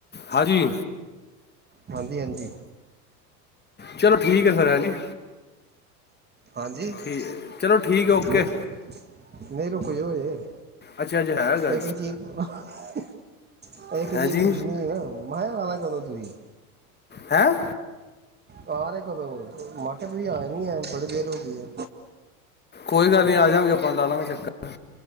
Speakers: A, on the left; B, on the right.
A: ਹਾਂਜੀ
B: ਹਾਂਜੀ ਹਾਂਜੀ
A: ਚਲੋ ਠੀਕ ਹੈ। ਫਿਰ ਹੈ ਜੀ
B: ਹਾਂਜੀ,
A: ਠੀਕ ਚਲੋ ਠੀਕ ਹੈ ਓਕੇ
B: ਨਹੀਂ, ਨਹੀਂ ਰੁਕਜੋ ਹਜੇ।
A: ਅੱਛਾ ਅੱਛਾ ਹੈਗਾ
B: ਇੱਕ ਚੀਜ਼ <unintelligible> ਇੱਕ
A: ਹੈ
B: ਚੀਜ਼
A: ਜੀ
B: ਪੁੱਛਣੀ ਸੀ ਨਾ, ਮੈਂ ਕਿਹਾ ਆਣਾ ਕਦੋਂ ਤੁਸੀਂ?
A: ਹੈਂ?
B: ਆ ਰਹੇ ਕਦੋਂ? ਮਾਕੇਟ ਵੀ ਆਏ ਨੀ ਐ, ਬੜੀ ਦੇਰ ਹੋ ਗਈ ਐ।
A: ਕੋਈ ਗੱਲ ਨੀ ਆਜਾਂਗੇ, ਆਪਾਂ ਲਾ ਲਾਂਗੇ ਚੱਕਰ।